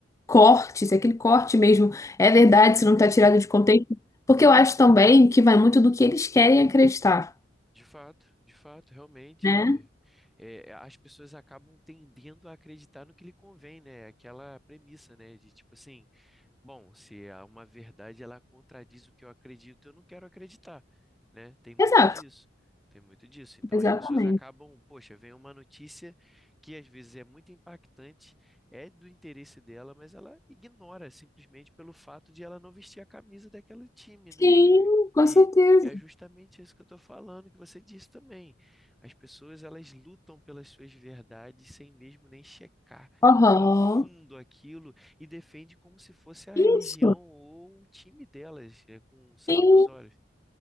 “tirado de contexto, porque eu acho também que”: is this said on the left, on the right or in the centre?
Left